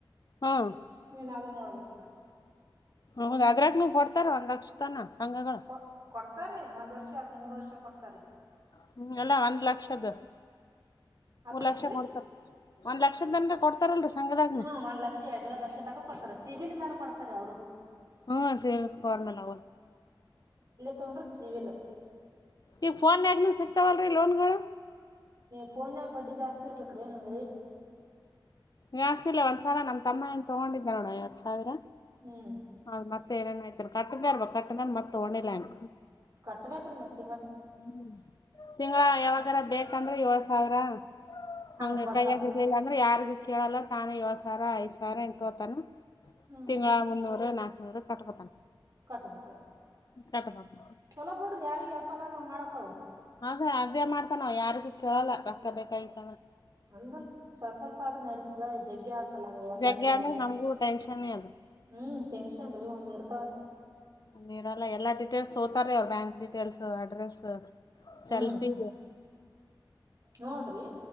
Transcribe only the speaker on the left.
ಹ್ಮ್.
ಹೌದ ಅದ್ರಾಗನು ಕೊಡ್ತಾರ ಒಂದ್ ಲಕ್ಷ ತನ ಸಂಘಗಳ
ಹ್ಮ ಅಲ್ಲಾ ಒಂದ್ ಲಕ್ಷದ
ಮೂರ್ ಲಕ್ಷ
ಕೊಡ್ತಾರ ಒಂದ್ ಲಕ್ಷದ ತನಕ ಕೊಡ್ತಾರಲ್ರಿ ಸಂಘದಾಗನು
ಹ್ಮ ಸೇಲ್ಸ್ಕ್ರ್ ಮ ನ
ಈ ಫೋನ್ ಯಾಗನು ಸಿಕ್ತಾವಲ್ರರಿ ಲೋನ್ಗಳು
ಜಾಸ್ತಿಲ್ಲ ಒಂದ್ಸಲ ನಮ್ಮ ತಮ್ಮ ಏನ್ ತಗೊಂಡಿದ್ದ ನೋಡ ಎರಡ್ ಸಾವಿರ
ಹೌ ಮತ್ತೆ ಏನೇನ್ ಆಯ್ತನೆ ಕಟ್ಟದಾರ ಬ ಕಟ್ಟದ ಮತ್ತ ಒಣಲನ್
ಹ್ಮ ತಿಂಗಳ ಯಾವಾಗಾರ ಬೇಕಂದ್ರೆ ಏಳ್ ಸಾವಿರ
ಹಂಗ
ಕೈ ಆಗಿರ್ಲಿಲ್ಲ ಅಂದ್ರ ಯಾರಿಗ ಕೇಳಲ್ಲ ತಾನೇ ಏಳ್ ಸಾವಿರ ಐದ್ ಸಾವಿರ ಇಂತತಾನ
ತಿಂಗಳ ಮುನ್ನೂರು ನಾಕ್ನೂರು ಕಟ್ಬತ
ಕಟ್ಬೇಕು
ಹಾಗೆ ಹ್ಯ ಮಾಡ್ತ ನ ಯಾರಿಗೂ ಕೇಳಲ್ಲ ಕಷ್ಟ ಬೇಕಾಯ್ತು
ಜಗ್ಗೆ
ಅಂದ್ರ
ನಮಗೂ ಟೆನ್ಷನ್ನೇ
ಹ್ಮ್ ಇರಲ್ಲ ಎಲ್ಲಾ ಡೀಟೇಲ್ಸ್ ತೋತಾರ ಅವ್ರ ಬ್ಯಾಂಕ್ ಡೀಟೇಲ್ಸ್ ಅಡ್ರೆಸ್
ಸೆಲ್ಫಿ